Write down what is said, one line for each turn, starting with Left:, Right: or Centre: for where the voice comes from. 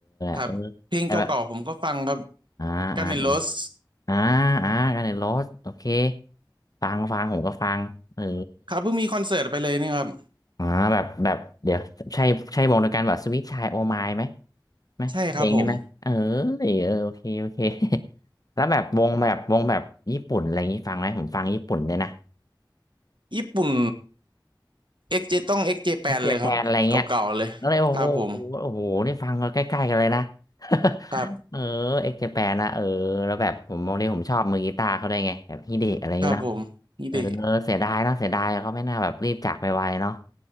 Right: ครับเพลงเก่าๆผมก็ฟังครับ
Left: เออแต่แบบอ่าอ่า
Right: กันเนโรส
Left: อ่าอ่ากันในโรสโอเคฟังฟังผมก็ฟังเออ
Right: ครับเพิ่งมีคอนเสิร์ตไปเลยนี่ครับ
Left: อ่าแบบแบบเดี๋ยวใช่ใช่วงเดียวกันแบบสวิตช์ชายโอไมล์ไหม ไหมเพลงได้ไหมเออเออโอเคโอเค
Right: ใช่ครับผม
Left: <laughs> แล้วแบบวงแบบวงแบบญี่ปุ่นอะไรอย่างนี้ฟังไหมผมฟังญี่ปุ่นเลยนะ
Right: <laughs> ญี่ปุ่นเอ็กซ์เจต้องเอ็กซ์เจแปดเลยครับเก่าๆเลยครับผม
Left: ไอเกียแปนอะไรเงี้ยแล้วเลยโอ้โหโอ้โหนี่ฟังกันใกล้ๆกันเลยนะ <laughs>
Right: ครับ
Left: เออเอ็กเจแปนนะเออแล้วแบบผมวันนี้ผมชอบมือกีตาร์เขาได้วยไงแบบฮิเดะอะไรอย่างเงี้ยเนาะ
Right: ครับผมนี่เด
Left: เออเสียดายเนาะเสียดายเขาไม่น่าแบบรีบจากไปไวเนาะ